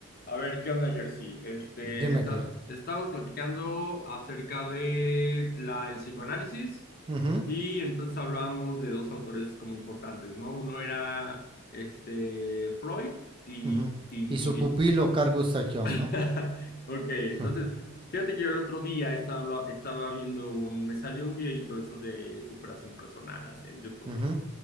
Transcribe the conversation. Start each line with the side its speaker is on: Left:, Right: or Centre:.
Left: A ver, ¿qué onda, Jersey? Este,
Right: Dime,
Left: está-
Right: Kirk.
Left: estábamos platicando acerca de la, el psicoanálisis
Right: Ujú,
Left: y entonces hablábamos de dos autores como importantes, ¿no? Uno era este, Freud y...
Right: ujú.
Left: y...
Right: Y su pupilo
Left: y-
Right: Carl Gustav Jung,
Left: <laughs>
Right: ¿no?
Left: Ok, entonces,
Right: <laughs>
Left: fíjate que yo el otro día estaba, habla- estaba viendo un... Me salió un videito de esos de superación personal, así en YouTube
Right: Ujú,
Left: y eso.